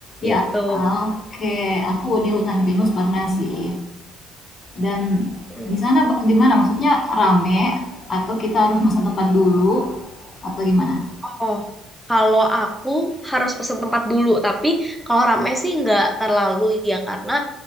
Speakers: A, in the centre; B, on the left (about 35°).
A: gitu.
B: Ya, oke. Aku di hutan pinus pernah sih. Dan
A: Mm.
B: di sana ba- gimana? Maksudnya rame atau kita harus pesan tempat dulu atau gimana?
A: Oh, kalau aku harus pesen tempat dulu, tapi kalau rame sih nggak terlalu ya karena